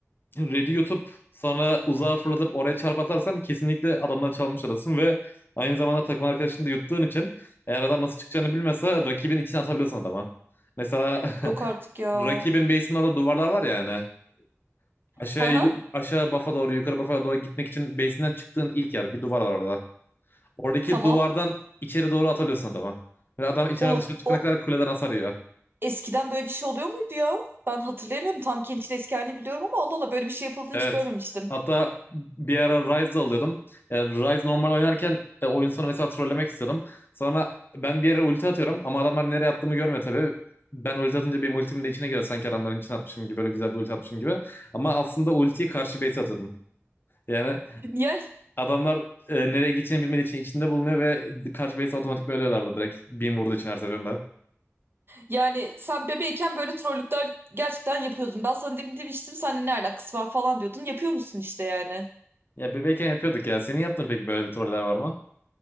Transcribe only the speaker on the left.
Red'i yutup sonra uzağa fırlatıp oraya çarp atarsan kesinlikle adamdan çalmış olasın ve aynı zamanda takım arkadaşını da yuttuğun için eğer adam nasıl çıkacağını bilmese rakibin içine atabiliyorsun adama. Mesela
<laughs>
rakibin base'inin orada duvarlar var ya hani. Aşağı,
aşağı bafa doğru yukarı bafa doğru gitmek için base'inden çıktığın ilk yer bir duvar var orada. Oradaki
duvardan içeri doğru atabiliyorsun adama. Ve adam içeriden
dışarı çıkana
kadar kuleden hasar yiyor.
Evet.
Hatta bir ara Rise alıyordum. E, Rise normal oynarken e, oyun sonu mesela trollemek istiyordum. Sonra ben bir yere ulti atıyorum ama adamlar nereye attığımı görmüyor tabii. Ben ulti atınca benim ultimin de içine giriyor. Sanki adamların içine atmışım gibi böyle güzel bir ulti atmışım gibi. Ama aslında ultiyi karşı base atıyordum. Yani
adamlar e, nereye gideceğini bilmediği için içinde bulunuyor ve karşı base otomatik ölüyorlardı direkt. Beam vurduğu için her seferinde.
Ya bebekken yapıyorduk ya. Senin yaptığın peki böyle bir troller var mı?